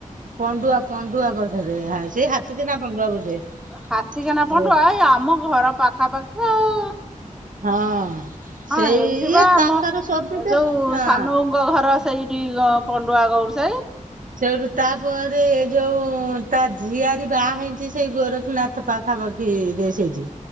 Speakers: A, on the right; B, in the centre.
A: ପଣ୍ଡୁଆ ପଣ୍ଡୁଆ ପାଖରେ ହା ସେଇ ହାତୀଦିନା ପଣ୍ଡୁଆ ବୋଧେ
B: ହାତୀକାନା
A: ସେ
B: ପଣ୍ଡୁଆ ଏଇ ଆମ ଘର ପାଖାପାଖି ଆଉ।
A: ହଁ
B: ହଁ
A: ସେଇ
B: ଏଉଠୁ
A: ଇଏ
B: ପା ଆମ
A: ତାଙ୍କର ସୁବିଧା
B: ଏ ଯୋଉ
A: ହଁ
B: ସାନବୋଉଙ୍କ ଘର ସେଇଠି ପଣ୍ଡୁଆ ଗୌଡସାଇ।
A: ସେଇଠୁ ତାପରେ ଏ ଯୋଉ ତା ଝିଆର ବାହା ହେଇଚି ସେଇ ଗୋରଖନାଥ ପାଖା ପାଖି ଯେ ସେଇଟି।